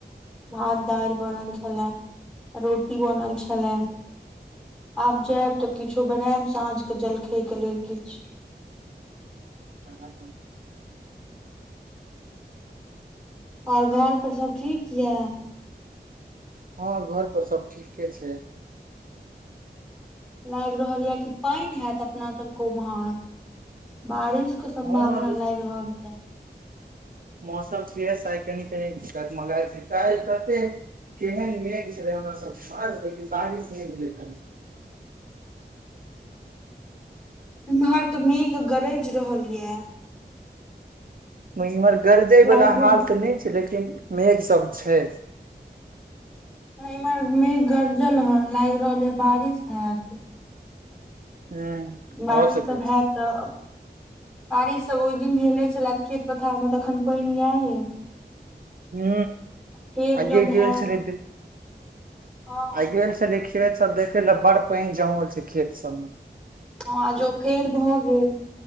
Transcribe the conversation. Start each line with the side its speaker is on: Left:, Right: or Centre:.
Centre: भात दालि बनल छलै रोटी बनल छलै। आब जायब तऽ किछो बनायब साँझ के जलखै के लेल किछु।
Right: ह
Centre: और घर पर सब ठीक य?
Right: हँ घर पर सब ठीके छैय।
Centre: लागि रहल यऽ कि पानि होयत अपना सबके उम्हर बारिश के सम्भावना
Right: हँ
Centre: लाईग रहल या।
Right: मौसम फ्रीयस आइ कनी कनी गत मगा छैय कालि कते केहन मेघ छलै हमरा सब <unintelligible> लेकिन बारिश नहि भेलै कनी
Centre: एम्हर तऽ मेघ गरैज रहल ये।
Right: इम्हर गरजे वाला
Centre: लागि रहल
Right: हाल तऽ नहि छैय लेकिन मेघ सब छैय।
Centre: इम्हर मेघ गरजल हन लागि रहल ह बारिश हैत।
Right: ह
Centre: बारिश
Right: भऽ सकै
Centre: तऽ भय
Right: छै
Centre: क बारिश सब ओहि दिन भेले छलए खेत पथार मे तखन पानियाहे।
Right: हू
Centre: फेर
Right: आये
Centre: जँ
Right: गेल
Centre: हैत
Right: छलै त
Centre: हँ
Right: आय गेल छलै खेत सब देखे लऽ बड़ पानि जमल छैय खेत सब मे।
Centre: हँ आ जोखेर भऽ गेल।